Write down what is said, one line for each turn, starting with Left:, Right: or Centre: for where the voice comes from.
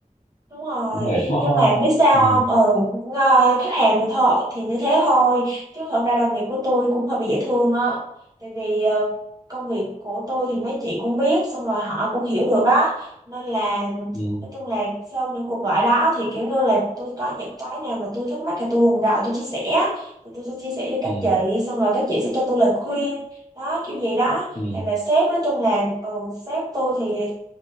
Right: Đúng rồi,
Left: cũng mệt quá
Right: nhưng
Left: ho
Right: mà biết sao
Left: ừ
Right: không? Ừ, ng- khách hàng thì thôi thì như thế thôi, chứ thật ra đồng nghiệp của tôi cũng hơi bị dễ thương á. Tại vì ờ, công việc của tôi thì mấy chị cũng biết, xong rồi họ cũng hiểu được á. Nên là
Left: ừ
Right: nói chung là sau những cuộc gọi đó thì kiểu như là tôi có những cái nào mà tôi thắc mắc thì tôi còn rồi tôi chia sẻ, thì tôi sẽ chia sẻ với các
Left: ừ
Right: chị, xong rồi các chị sẽ cho tôi lời khuyên, đó kiểu gì đó.
Left: ừ
Right: Hay là sếp nói chung là ừ, sếp tôi thì